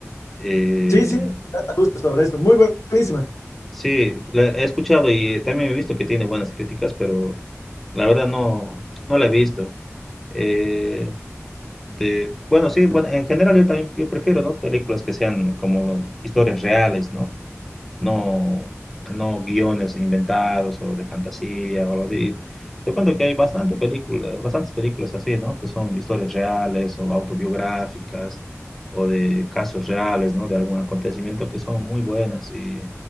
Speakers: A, in the centre; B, on the left.
A: Eh,
B: Sí, sí, trata justo sobre eso, muy buenísima.
A: Sí, la he escuchado y eh, también he visto que tiene buenas críticas, pero la verdad no, no la he visto. Eh, de, bueno, sí, bueno, en general yo también yo prefiero, ¿no? Películas que sean como historias reales, ¿no? no, no guiones inventados o de fantasía o algo así. Te cuento que hay bastante películas, bastantes películas así, ¿no? Que son historias reales o autobiográficas o de casos reales, ¿no? De algún acontecimiento que son muy buenas y